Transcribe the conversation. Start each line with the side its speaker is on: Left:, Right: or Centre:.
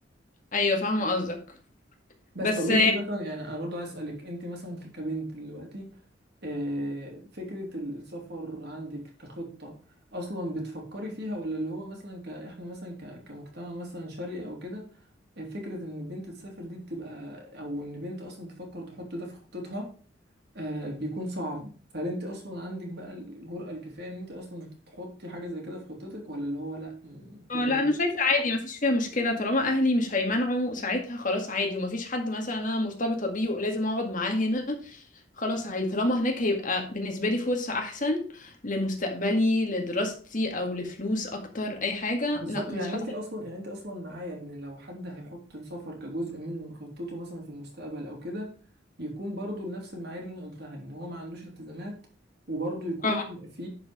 Left: ايوه فاهمة قصدك
Right: بس
Left: بس
Right: طب انت مثلا يعني انا برضو عايز اسالك انت مثلا ك- كبنت دلوقتي آه، فكره ال- السفر عندك كخطه اصلا بتفكري فيها ولا اللي هو مثلا ك احنا مثلا ك- كمجتمع مثلا شرقي او كده آه، فكره ان بنت تسافر دي بتبقى او ان بنت اصلا تفكر تحط ده في خطتها آه بيكون صعب فهل انت اصلا عندك بقى الجرأة الكفاية ان انت اصلا تحطي حاجة زي كده في خطتك ولا اللي هو لا ما تقدريش؟
Left: اه لا انا شايفه عادي مفيش فيها مشكله طالما اهلي مش هيمنعوا ساعتها خلاص عادي ومفيش حد مثلا انا مرتبطه بيه ولازم اقعد معاه هنا خلاص عادي طالما هناك هيبقى بالنسبه لي فرصه احسن لمستقبلي لدراستي او لفلوس اكتر اي حاجه
Right: بالظبط
Left: لا مش
Right: يعني
Left: حاسه
Right: انت اصلا يعني انت اصلا معايا ان لو حد هيحط السفر كجزء من خطته مثلا في المستقبل او كده يكون برضو لنفس المعايير اللي انا قلتها ان هو ما عندوش التزامات وبرضو يكون
Left: اه
Right: في